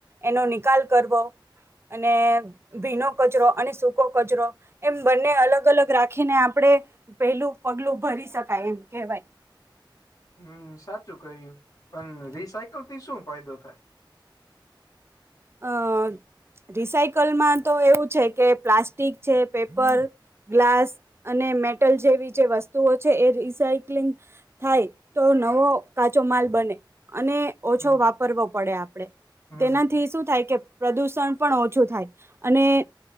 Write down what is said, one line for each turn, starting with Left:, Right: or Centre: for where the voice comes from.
Right: એનો નિકાલ કરવો, અને ભીનો કચરો અને સૂકો કચરો, એમ બંને અલગ અલગ રાખીને આપણે પેલું પગલું ભરી શકાય એમ કેવાય.
Left: હમ સાચું કહ્યું, પણ
Right: હમ.
Left: રિસાયકલ થી શું ફાયદો થાય?
Right: અ રિસાયકલમાં તો એવું છે કે પ્લાસ્ટિક છે પેપર ગ્લાસ અને મેટલ જેવી જે વસ્તુઓ છે એ રિસાયક્લિંગ. થાય તો નવો કાચો માલ બને અને ઓછો
Left: હમ
Right: વાપરવો પડે આપણેે,
Left: હમ
Right: તેનાથી શું થાય કે પ્રદુષણ પણ ઓછું થાય, અને